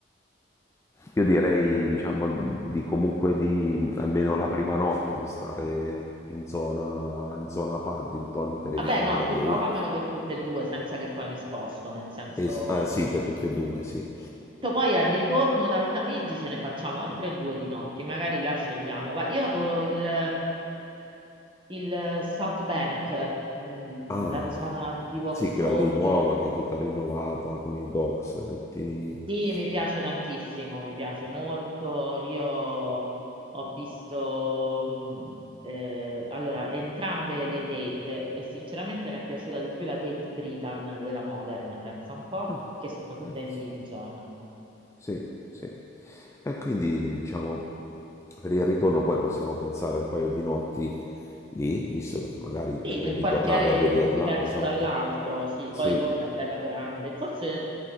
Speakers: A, on the left; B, on the right.
A: Io direi, diciamo, di comunque di almeno la prima notte di stare in zona, in zona Paddington per
B: Vabbè,
A: evitare
B: no, tu
A: che
B: trovamelo
A: uno...
B: per tutte e due senza che poi mi sposto, nel senso...
A: es- ah, sì, per tutte e due, sì.
B: Tu Poi al ritorno da Altamigi ce ne facciamo altre due di notti, magari là scegliamo. Guarda, io adoro il, il South Bank, mm,
A: Ah,
B: la zona di Vauxhall.
A: sì, quella lì nuova che è tutta rinnovata con i docks, tutti...
B: Sì, mi piace tantissimo, mi piace molto. Io ho visto, mh, eh, allora, entrambe le Tate e sinceramente mi è piaciuta di più la Tate Britain della Modern, pensa un po',
A: Ah,
B: che sono tutte
A: penso.
B: in Lincoln.
A: Sì, sì. E quindi, diciamo, per il ritorno poi possiamo pensare un paio di notti lì, visto che magari
B: Sì,
A: ci vuoi
B: nel
A: ritornare
B: quartiere
A: a vederla,
B: diverso
A: esatto.
B: dall'altro, sì,
A: Sì.
B: poi Londra è bella grande. Forse,